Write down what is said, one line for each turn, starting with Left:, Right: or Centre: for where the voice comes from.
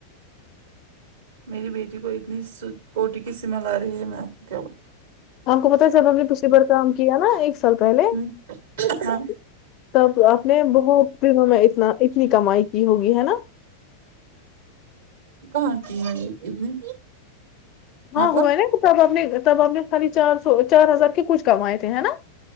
Right: میری بیٹی کو اتنی س پوٹی کی سمل آ رہی ہے میں آپ کو کیا بولوں
Left: ہم کو پتا ہے سب ہم نے دوسری بار کام کیا نا ایک سال پہلے
Right: ہوں ہاں
Left: کب تب آپ نے بہت دنوں میں اتنا اتنی کمائی کی ہوگی ہے نا
Right: کہاں کی میں نے اتنی
Left: ہاں
Right: مطلب
Left: ہوا ہے نا تب آپ نے تب آپ نے خالی چار سو چار ہزار کے کچھ کمائے تھے نا